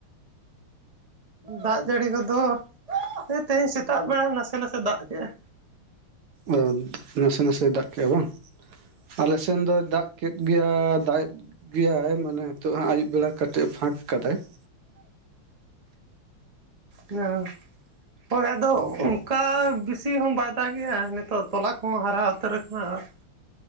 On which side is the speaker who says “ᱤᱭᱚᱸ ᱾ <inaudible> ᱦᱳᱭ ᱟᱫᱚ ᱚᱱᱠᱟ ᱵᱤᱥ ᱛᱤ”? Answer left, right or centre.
Right